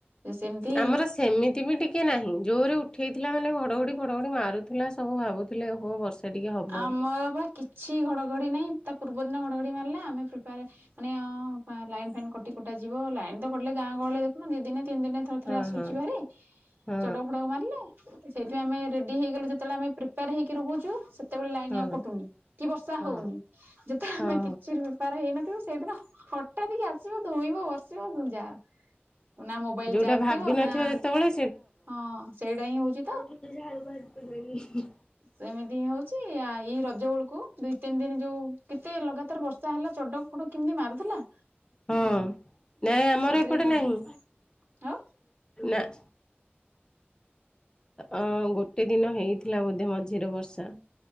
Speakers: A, on the right; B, on the left.
A: ସେମିତି
B: ଆମର ସେମିତି ବି ଟିକ କେ ନାହିଁ ଜୋରରେ ଉଠେଇଥିଲା ମାନେ ଘଡ଼ଘଡ଼ି ଫଡ଼ଘଡ଼ି ମାରୁଥିଲା ସବୁ ଭାବୁଥିଲେ ଓ ହୋ ବର୍ଷା ଟିକେ ହବ
A: ଆମର ବା କିଛି ଘଡଘଡି ନାଇଁ ତା ପୂର୍ବ ଦିନ ଘଡଘଡି ମାରିଲା ଆମେ ପ୍ରିପେଆରେ ମାନେ ଅଁ ପା ଲାଇନ୍ ଫାଇନ୍ କଟି କୁଟା ଯିବ ଲାଇନ୍ ତ କଟିଲେ ଗାଁ ଗହଳିଏ ଦେଖୁନ ଦି ଦିନେ ତିନି ଦିନେ ତ ଥରେ ଥରେ
B: ହଁ
A: ଆସୁଚି
B: ହଁ
A: ଭାରି
B: ହଁ
A: ଚଡ଼କ ଫଡ଼କ ମାରିଲେ। ଏ ସେଇଠି ଆମେ ରେଡ଼ି ହେଇଗଲେ ଯେତୋଳେ ଆମେ ପ୍ରିପେୟାର ହେଇକି ରହୁଚୁ ସେ ତେବେଳେ ଲାଇନ୍
B: ହଁ
A: ଆଉ କଟୁନି କି ବର୍ଷା
B: ହଁ
A: ହଉନି। ଯେତେଳେ
B: ହଁ
A: ଆମେ କିଛିରୁ ପାର ହେଇନଥିବୁ ସେଇଦିନ ହଠାତ୍ କି ଆସିବ ଧୋଇବ ବର୍ଷିବ ଦୁ ଯା। ଉ ନା ମୋବାଇଲ୍
B: ଯୋଉଟା
A: ଚାର୍ଜ
B: ଭାବି
A: ଥିବ ନାଁ
B: ନଥିବ ଯେତେବେଳେ
A: ହଁ ସେଇଟା ହିଁ ହଉଚି ତ।
B: ମତେ ଯାହା ହେଲେ ଭାରିପଡ଼ିବେନି।
A: ସେମିତି ହଉ ଚି ଆ ଏଇ ରଜ ଅଳୁକୁ ଦୁଇ ତିନ୍ ଦିନ୍ ଯୋଉ କେତେ ଲଗାତାର ବର୍ଷା ହେଲା ଚଡ଼ଉ ଫଡ଼ଉ କେମିତି ମାରୁଥୁଲା?
B: ହଁ ନାଇଁ ଆମର
A: ସେଇଥିରେ
B: ଏପଟେ
A: ଦି
B: ନାହିଁ।
A: ଦିନ ହଁ
B: ନାଁ। ଅ ଗୋଟେ ଦିନ ହେଇଥିଲା ବୋଧେ ମଝିରେ ବର୍ଷା।